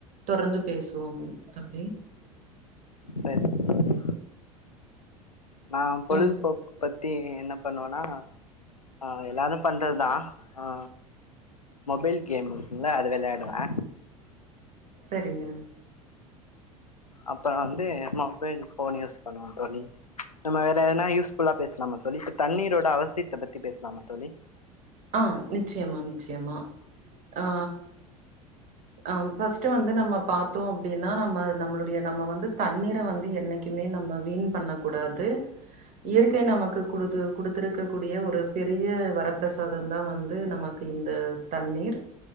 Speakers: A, on the right; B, on the left.
A: தொர்ந்து பேசுவோ தம்பி
B: சரி தோழி நா பொழுதுபோக்கு
A: ம்
B: பத்தி என்ன பண்ணுவனா ஆ எல்லாரு பண்றதுதா அ மொபைல் கேம் இருக்குங்ல்ல அது விளையாடுவே
A: சரிங்க
B: அப்ப வந்து மொபைல் ஃபோன் யூஸ் பண்ணுவோ தோழி நம்ம வேற எதனா யூஸ் ஃபுல்லா பேசலாமா தோழி இப்ப தண்ணீரோட அவசியத்த பத்தி பேசலாமா தோழி
A: ஆ நிச்சயமா நிச்சயமா ஆ அ பஸ்ட் வந்து நம்ம பாத்தோ அப்பிடின்னா நம்ம நம்மளுடைய நம்ம வந்து தண்ணீர வந்து என்னைக்குமே நம்ம வீண் பண்ண கூடாது இயற்கை நமக்கு குடுத்து குடுத்திருக்க கூடிய ஒரு பெரிய வரப்பிரசாத தா வந்து நமக்கு இந்த தண்ணீர்